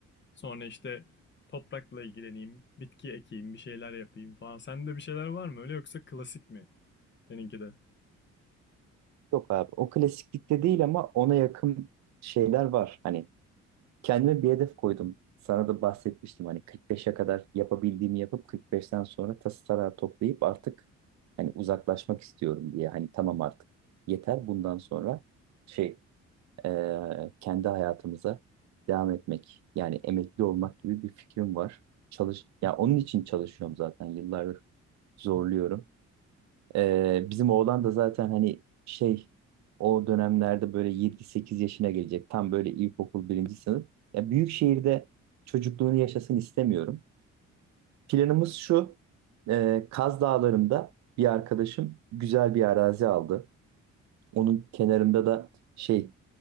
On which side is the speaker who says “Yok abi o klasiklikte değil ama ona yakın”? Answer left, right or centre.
Right